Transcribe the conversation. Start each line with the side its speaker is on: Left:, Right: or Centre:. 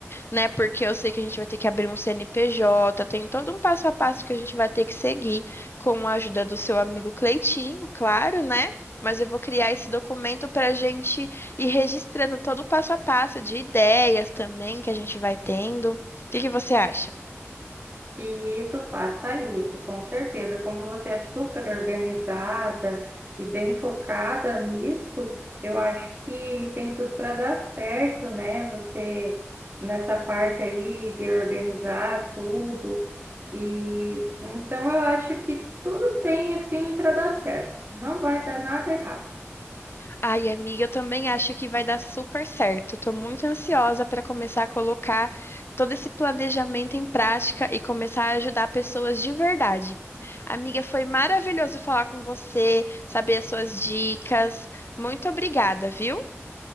Left: né? Porque eu sei que a gente vai ter que abrir um CNPJ, tem todo um passo a passo que a gente vai ter que seguir com a ajuda do seu amigo Cleitinho, claro, né? Mas eu vou criar esse documento para a gente ir registrando todo o passo a passo de ideias também que a gente vai tendo. O que que você acha?
Right: E isso, faça isso, com certeza. Como você é super organizada e bem focada nisso, eu acho que tem tudo para dar certo, né? Você nessa parte aí de organizar tudo. E então eu acho que tudo tem assim para dar certo. Não vai dar nada errado.
Left: Ai, amiga, eu também acho que vai dar super certo. Estou muito ansiosa para começar a colocar todo esse planejamento em prática e começar a ajudar pessoas de verdade. Amiga, foi maravilhoso falar com você, saber as suas dicas. Muito obrigada, viu?